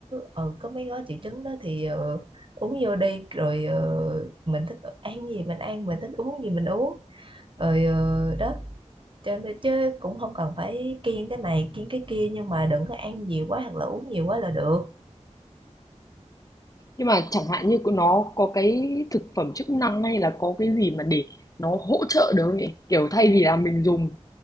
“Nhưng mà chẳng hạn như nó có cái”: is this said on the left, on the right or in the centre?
Left